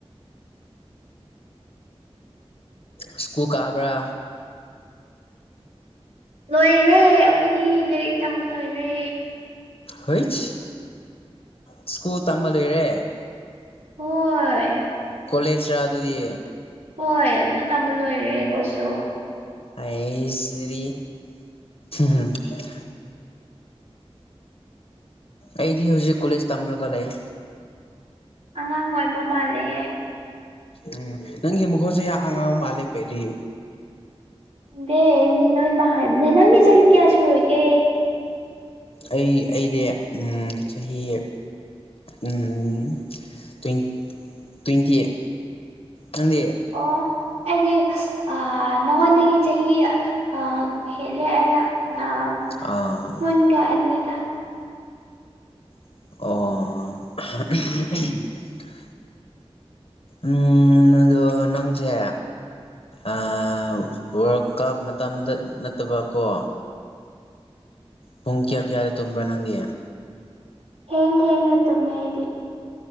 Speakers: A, on the left; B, on the right.
A: ꯏꯁ꯭ꯀꯨ ꯀꯕ꯭ꯔꯥ
B: ꯂꯣꯏꯔꯦ ꯑꯩꯈꯣꯏꯗꯤ ꯂꯥꯏꯔꯤꯛ ꯇꯝꯕ ꯂꯣꯏꯔꯦ
A: ꯍꯩꯁ ꯏꯁ꯭ꯀꯨꯜ ꯇꯝꯕꯂꯩꯔꯦ
B: ꯍꯣꯏ
A: ꯀꯣꯂꯦꯖꯔꯥ ꯑꯗꯨꯗꯤ
B: ꯍꯣꯏ ꯑꯗꯨ ꯇꯝꯕ ꯂꯣꯏꯔꯦ ꯑꯗꯨꯁꯨ
A: ꯑꯩꯁ ꯑꯗꯨꯗꯤ ꯍꯝ ꯍꯪ ꯑꯩꯗꯤ ꯍꯧꯖꯤꯛ ꯀꯣꯂꯦꯖ ꯇꯝꯂꯒ ꯂꯩꯌꯦ
B: ꯑꯉꯥꯡ ꯑꯣꯏꯕ ꯃꯥꯜꯂꯦ
A: ꯎꯝ ꯅꯪꯒꯤ ꯃꯈꯣꯜꯁꯦ ꯌꯥꯝ ꯑꯉꯥꯡ ꯃꯥꯂꯦ ꯀꯩꯔꯤ
B: ꯗꯦ ꯃꯤ ꯂꯣꯏꯟꯃꯛ ꯍꯥꯏꯕꯅꯦ ꯅꯪꯗꯤ ꯆꯍꯤ ꯀꯌꯥ ꯁꯨꯨꯔꯒꯦ
A: ꯑꯩ ꯑꯩꯗꯤ ꯎꯝ ꯆꯍꯤ ꯎꯝ ꯇ꯭ꯋꯦꯟ ꯇ꯭ꯋꯦꯟꯇꯤ ꯅꯪꯗꯤ
B: ꯑꯣ ꯑꯩꯗꯤ ꯁ ꯑꯥ ꯅꯉꯣꯟꯗꯒꯤ ꯆꯍꯤ ꯑ ꯍꯦꯜꯂꯦ ꯍꯥꯢꯅ ꯑꯥꯕ
A: ꯑꯥ
B: ꯀꯨꯟꯒ ꯑꯅꯤꯒ
A: ꯑꯣ ꯑꯍ ꯎꯍꯝ ꯎꯍꯝ ꯎꯝ ꯑꯗꯣ ꯅꯪꯖꯦ ꯑ ꯋꯥꯔꯜ ꯀꯞ ꯃꯇꯝꯗ ꯅꯠꯇꯕꯀꯣ ꯄꯨꯡ ꯀꯌꯥ ꯀꯌꯥꯗ ꯇꯨꯝꯕ꯭ꯔꯥ ꯅꯪꯗꯤ
B: ꯊꯦꯡ ꯊꯦꯡꯅ ꯇꯨꯝꯃꯦ ꯑꯩꯗꯤ